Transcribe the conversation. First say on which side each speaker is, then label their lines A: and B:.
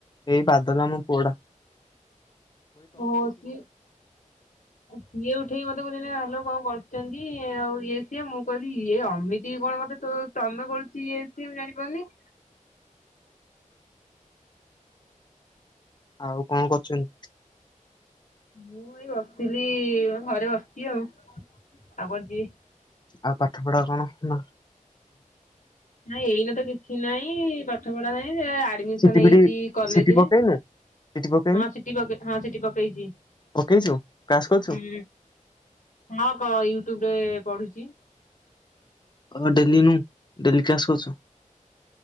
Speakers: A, on the left; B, on the left.
A: ଏଇ ବାଦଲ ମାମୁଁ ପୋଡା।
B: ହ ସିଏ, ସିଏ ଉଠେଇମ ସବୁଦିନେ ଆଲୋକ ବାବୁ କରୁଛନ୍ତି ଆଉ ଇଏ ସିଏ ମୁଁ କହିଲି ଇଏ ଅମିତି କଣ ମତେ ତ ତମେ କରୁଛ କିଏ ସିଏ ମୁଁ ଜାଣିପାରୁନି?
A: ଆଉ କଣ କରୁଛନ୍ତି?
B: ମୁଁ ଏଇ ବସିଥିଲି ଘରେ ବସିଛି ଆଉ। ଆଉ କୁଆଡେ ଯିବି।
A: ଆଉ ପାଠପଢ଼ା କଣ ନା
B: ନାଇଁ ଏଇନ ତ କିଛି ନାଇଁ ପାଠ ପଢା ହେଇ ସେ ଆଡମିସନ
A: ସିଟି
B: ହେଇଛି
A: ଫିଟି
B: କଲେଜରେ
A: ସିଟି ପକେଇନୁ ସିଟି ପକେଇନୁ
B: ହଁ ସିଟି ପକେ ହଁ ସିଟି ପକେଇଛି।
A: ପକେଇଛୁ କ୍ଲାସ କରୁଛୁ
B: ହୁଁ, ହଁ କ ୟୁଟ୍ୟୁବରେ ପଢୁଛି।
A: କହ ଡେଲି ନୁ ଡେଲି କ୍ଲାସ କରୁଛୁ?